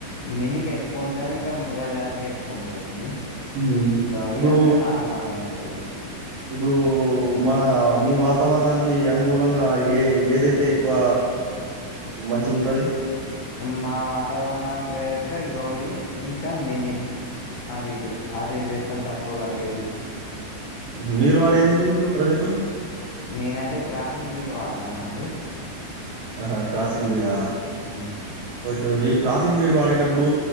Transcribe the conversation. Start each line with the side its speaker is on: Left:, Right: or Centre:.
Left: మిన్నికే ఎక్కువ ఉంటది ఇంకా ముర్ర జాతికి ఎక్కువ ఉంటదండి
Right: ఉమ్
Left: గౌడి
Right: ఇప్పుడు
Left: కంటే నార్ మలె ఉంటది.
Right: ఇప్పుడు మన మీ వాతావరణానికి అనుకూలంగా ఏ ఏదైతే ఎక్కువ మంచిగా ఉంటది.
Left: మా వాతావరణానికి అయితే గౌడీ ఇంకా మిన్ని. అటు ఇటు అడ్జస్ట్ చేసుకొని కట్టుకోగలిగేది.
Right: మీరు వాడేదేంటి ఇప్పుడు ప్రజెంటు?
Left: నేనైతే క్రాసింగ్ బీడ్ వాడతన్నా అండి.
Right: ఆహా క్రాసింగ్ బ్రీడా.
Left: ఆ
Right: <unintelligible> ఈ క్రాసింగ్ బ్రీడ్ వాడేటప్పుడు